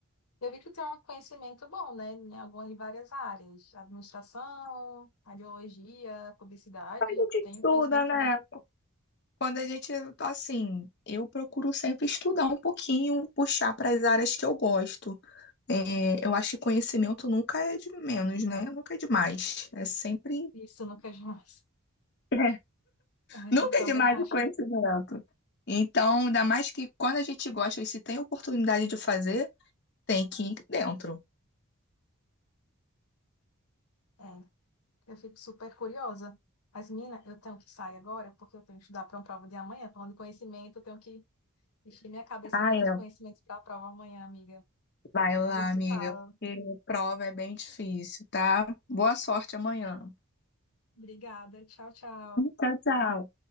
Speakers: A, on the left; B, on the left.
A: Eu vi que tem um conhecimento bom, né, em algumas, em várias áreas, administração, radiologia, publicidade,
B: A gente
A: tem
B: estuda,
A: um conhecimento
B: né?
A: bem
B: Quando a gente tá assim, eu procuro sempre estudar um pouquinho, puxar para as áreas que eu gosto. É, eu acho que conhecimento nunca é de menos, né? Nunca é demais. É sempre.
A: isso no que mais.
B: <laughs> É,
A: <laughs>
B: Nunca
A: É, também
B: é demais
A: acho.
B: o conhecimento. Então, ainda mais que quando a gente gosta e se tem oportunidade de fazer, tem que ir dentro.
A: É, eu fico super curiosa. Mas, menina, eu tenho que sair agora, porque eu tenho que estudar para uma prova de amanhã. Falando de conhecimento, eu tenho que encher minha cabeça
B: Ah,
A: agora
B: é.
A: de conhecimentos para a prova amanhã, amiga.
B: Vai lá,
A: A gente
B: amiga,
A: se fala.
B: porque prova é bem difícil, tá? Boa sorte amanhã.
A: Obrigada. Tchau, tchau.
B: Tchau, tchau.